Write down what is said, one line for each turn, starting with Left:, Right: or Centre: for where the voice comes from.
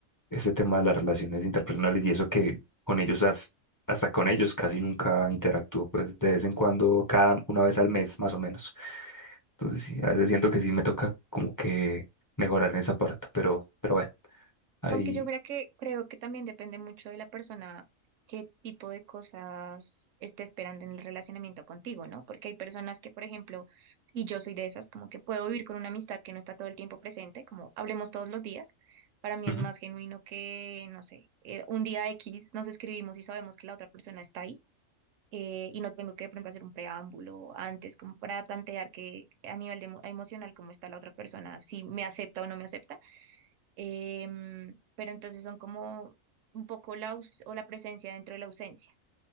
Left: ese tema de las relaciones interpersonales y eso que con ellos, has- hasta con ellos casi nunca interactúo, pues de vez en cuando, cada una vez al mes más o menos. Entonces, sí, a veces siento que sí me toca como que mejorar en esa parte, pero, pero bueno, ahí,
Right: Aunque yo creo que creo que también depende mucho de la persona qué tipo de cosas esté esperando en el relacionamiento contigo, ¿no? Porque hay personas que, por ejemplo, y yo soy de esas, como que puedo vivir con una amistad que no está todo el tiempo presente, como hablemos todos los días. Para mí
Left: ujú.
Right: es más genuino que, no sé, eh, un día X nos escribimos y sabemos que la otra persona está ahí eh, y no tengo que de pronto hacer un preámbulo antes como para tantear que a nivel de emo- emocional cómo está la otra persona, si me acepta o no me acepta. Em, pero entonces son como un poco la, aus- o la presencia dentro de la ausencia.